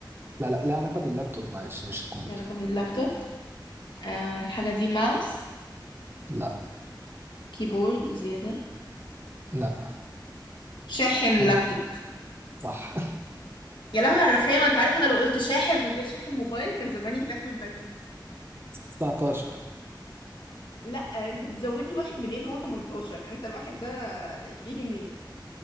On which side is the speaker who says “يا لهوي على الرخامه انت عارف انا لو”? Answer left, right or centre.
Left